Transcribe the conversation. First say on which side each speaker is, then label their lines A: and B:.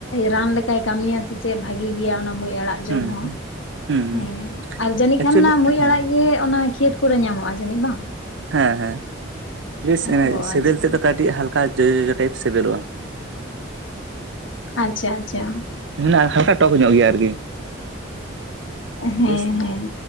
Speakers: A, on the left (about 75°); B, on the right (about 65°).
A: ᱨᱟᱱ ᱞᱮᱠᱟᱭ ᱠᱟᱹᱢᱤᱭᱟ ᱥᱮ ᱪᱮᱫ ᱵᱷᱟᱹᱜᱤ ᱜᱮᱭᱟ ᱚᱱᱟ ᱢᱩᱸᱡ ᱟᱲᱟᱜ ᱡᱚᱢ
B: ᱦᱩᱸ
A: ᱦᱚᱸ
B: ᱦᱩᱸ ᱦᱩᱸ
A: ᱦᱮᱸ ᱟᱨ ᱡᱟᱹᱱᱤᱡ
B: ᱮᱠᱪᱩᱭᱮᱞᱤ
A: ᱠᱷᱟᱱ ᱚᱱᱟ ᱢᱩᱡ
B: ᱦᱮᱸ
A: ᱟᱲᱟᱜ ᱜᱮ ᱚᱱᱟ ᱠᱷᱮᱛ ᱠᱚᱨᱮ ᱧᱟᱢᱚᱜᱼᱟ ᱡᱟᱹᱱᱤᱡ ᱵᱟᱝ
B: ᱦᱮᱸ ᱦᱮᱸ ᱵᱮᱥ
A: ᱚ
B: ᱥᱤᱵᱤᱞ
A: ᱟᱪᱪᱷᱟ
B: ᱛᱮᱫᱚ ᱠᱟᱹᱴᱤᱡ ᱦᱟᱞᱠᱟ ᱡᱚᱡᱚ ᱡᱚᱡᱚ ᱴᱟᱭᱤᱯ ᱥᱤᱵᱤᱞᱚᱜᱼᱟ
A: ᱟᱪᱪᱷᱟ ᱟᱪᱪᱷᱟ
B: ᱦᱮᱸ ᱦᱟᱞᱠᱟ ᱴᱚᱠ ᱧᱚᱜ ᱜᱮᱭᱟ ᱟᱨᱠᱤ
A: ᱦᱮᱸ
B: ᱵᱮᱥ
A: ᱦᱮᱸ